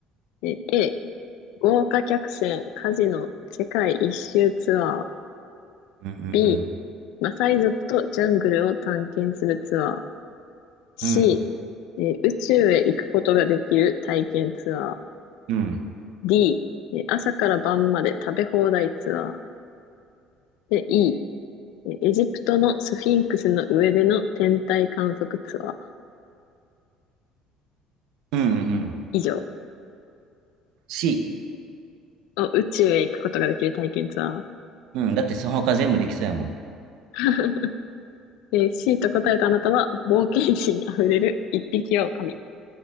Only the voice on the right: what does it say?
うんうん
うん。うん。
うん
うんうん。
C。
うん。だってその他全部できそうやも